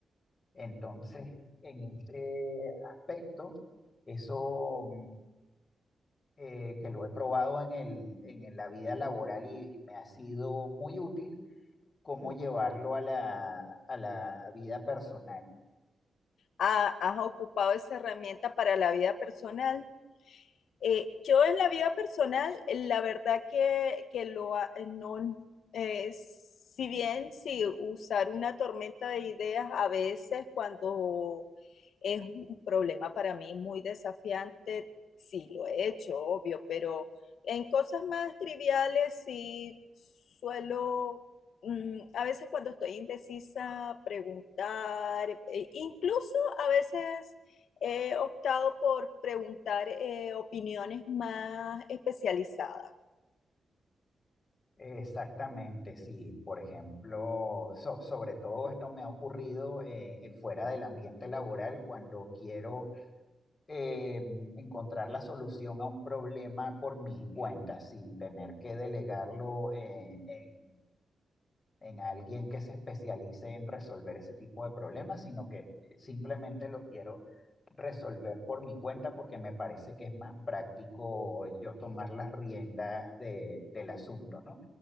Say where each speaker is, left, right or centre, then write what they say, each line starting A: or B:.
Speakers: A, on the left; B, on the left.
A: Entonces, en este aspecto, eso eh, que lo he probado en el, en la vida laboral y, y me ha sido muy útil, cómo
B: Mm.
A: llevarlo a la, a la vida personal.
B: ¿Ha- ¿Has ocupado esa herramienta para la vida personal? Eh, yo en la vida personal, la verdad que, que lo ha- no, eh, si bien si usar una tormenta de ideas a veces cuando es un problema para mí muy desafiante, sí lo he hecho, obvio, pero en cosas más triviales sí suelo, mm, a veces cuando estoy indecisa, preguntar, e- incluso a veces he optado por preguntar eh, opiniones más especializadas.
A: Exactamente, sí. Por ejemplo, so- sobre todo esto me ha ocurrido eh, eh, fuera del ambiente laboral cuando quiero eh, encontrar la solución a un problema por mi cuenta sin tener que delegarlo eh, en en alguien que se especialice en resolver ese tipo de problemas, sino que eh, simplemente lo quiero resolver por mi cuenta porque me parece que es más práctico yo tomar las riendas de- del asunto, ¿no?